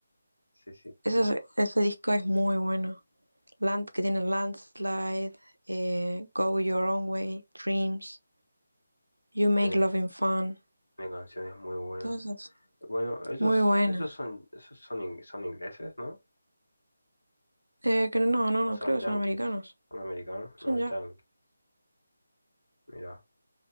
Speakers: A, on the left (about 75°); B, on the right (about 75°).
A: Sí, sí, conozco.
B: Ese, ese disco es muy bueno. Land que tiene Landslide, eh, Go Your Own Way, Dreams, You Make
A: Tiene,
B: Loving Fun.
A: tiene canciones muy buenas.
B: Todas esas.
A: Bueno, ellos,
B: Muy buena.
A: ellos son, esos son, ing- son ingleses, ¿no?
B: Eh, que no, no, no,
A: ¿O son
B: creo que
A: yankees?
B: son americanos.
A: ¿Son americanos?
B: Son
A: No,
B: ya.
A: yankees. Mira,